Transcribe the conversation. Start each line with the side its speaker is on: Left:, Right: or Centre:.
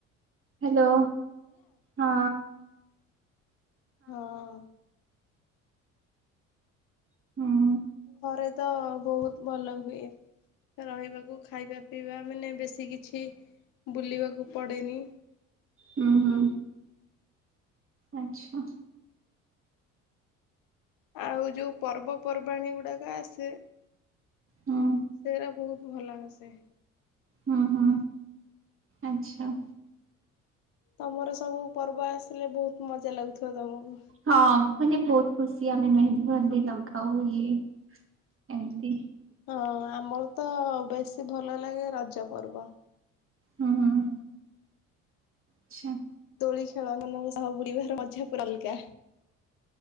Right: ହାଲୋ ହଁ।
Left: ହଁ।
Right: ହଁ।
Left: ଘରେ ତ ବହୁତ ଭଲ ହୁଏ। ରହିବାକୁ ଖାଇବା ପିଇବା ମାନେ ବେଶୀ କିଛି ବୁଲିବାକୁ ପଡ଼େନି।
Right: ହୁଁ ହୁଁ ଆଚ୍ଛା।
Left: ଆଉ ଯୋଉ ପର୍ବପର୍ବାଣି ଗୁଡାକ ଆସେ
Right: ହୁଁ
Left: ସେରା ବହୁତ ଭଲ ଆସେ।
Right: ହୁଁ ହୁଁ ଆଚ୍ଛା।
Left: ତମର ସବୁ ପର୍ବ ଆସିଲେ ବହୁତ ମଜା ଲାଗୁଥିବ ତମକୁ
Right: ହଁ ମାନେ ବହୁତ ଖୁସି ଆମେ ମେହେନ୍ଦୀ ଫେହେନ୍ଦି ଲଗାଉ ଇଏ ଏମିତି
Left: ହଁ ଆମର ତ ବେଶୀ ଭଲ ଲାଗେ ରଜ ପର୍ବ।
Right: ହୁଁ ହୁଁ ହୁଁ। ଆଚ୍ଛା।
Left: ଦୋଳି ଖେଳମାନଙ୍କ ସହ ବୁଲିବା ମଜା ପୁରା ଅଲଗା।